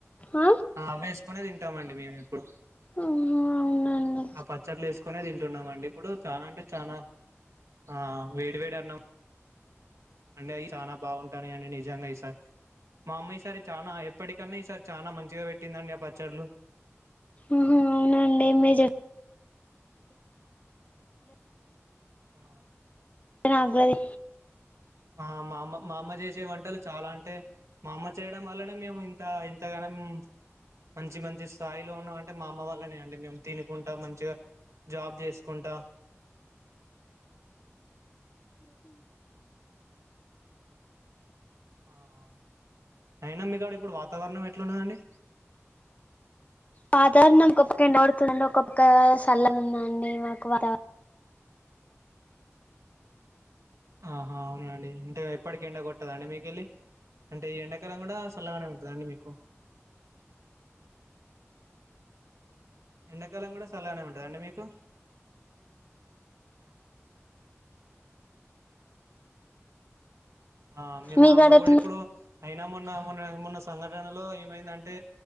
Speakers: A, on the left; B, on the right.
A: ఆ ఆహా
B: అవ్వేసుకునే తింటామండి మేమిప్పుడు
A: అవునండి
B: ఆ పచ్చడ్లేసుకునే తింట్ తున్నమండి ఇప్పుడు చాన అంటే చానా ఆ వేడి వేడి అన్నం అండె అయ్యి చానా బావుంటానయండి నిజంగా ఈ సారీ మా అమ్మ ఈసారి చానా ఎప్పటికన్న ఈసారి చానా మంచిగా పెట్టిందండి ఆ పచ్చళ్లు.
A: అహా అవునా అండి మిర్జెప్
B: ఆ
A: నాగ్గుడ దిన్
B: ఆ మా అమ్మ మా అమ్మ చేసే వంటలు చాలా అంటే మా అమ్మ చేయడం వల్లనే మేము ఇంత ఇంతగనం మంచి మంచి స్థాయిలో ఉన్న అంటే మా అమ్మ వాళ్ళనే అండి, మేము తినుకుంట మంచిగా జాబ్ జేసుకుంటా ఆ ఆ అయినా మీ కాడ ఇప్పుడు వాతావరణం ఎట్లున్న దండి.
A: వాతావరణం ఒక పక్క ఎండ గొడుతుంది ఒక పక్క సల్లగుందండి మాకు వాతావరణం
B: ఆహా అవునా అండి అంటే ఎప్పడికి ఎండ గొట్టదా అండి మీకెళ్ళి అంటే ఎండాకాలం గూడా సల్లగనే ఉంటుందా అండి మీకు? ఎండాకాలం గూడ సల్లగనే ఉంటదా అండి మీకు ఆ మి మా
A: మీ
B: అమ్మ
A: కాడ
B: గూడ
A: ఎట్లుంది
B: ఇప్పుడు అయినా మొన్న మొన్న మొన్న సంఘటనలో ఏమైందంటే